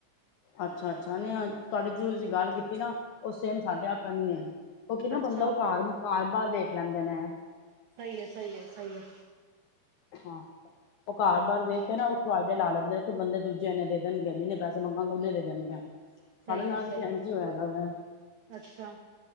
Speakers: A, on the left (about 80°); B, on the right (about 85°).
A: ਅੱਛਾ, ਅੱਛਾ ਨਹੀਂ ਤੁਹਾਡੀ ਜੋ ਤੁਸੀਂ ਗੱਲ ਕੀਤੀ ਨਾ -ਉਹ ਸੇਮ ਸਾਡੇ ਵਕਨ ਹੀ ਹੈ। ਉਹ ਕੀ ਨਾ
B: ਅੱਛਾ
A: ਬੰਦਾ ਉਹ ਘਰ ਬਾਹਰ ਵੇਖ ਲੈਂਦੇ ਨੇ।
B: ਸਹੀ ਹੈ, ਸਹੀ ਹੈ ਸਹੀ ਹੈ।
A: ਹਾਂ ਉਹ ਘਰ ਬਾਹਾਰ
B: ਸਹੀ
A: ਵੇਖ ਕੇ ਨਾ ਫੇ ਲਾ ਲੈਂਦੇ ਬੰਦੇ ਦੂਜੇ ਨੇ ਦੇਣਗੇ, ਜਿੰਨੇ ਪੈਸੇ ਮੰਗਾਂਗੇ ਉਹਨੇ ਦੇਣਗੇ ਸਾਡੇ
B: ਸਹੀ
A: ਨਾਲ
B: ਹੈ ਸਹੀ
A: ਵੀ ਐੰਜ
B: ਹੈ
A: ਹੋਇਆ ਦਾ ਵਾ
B: ਅੱਛਾ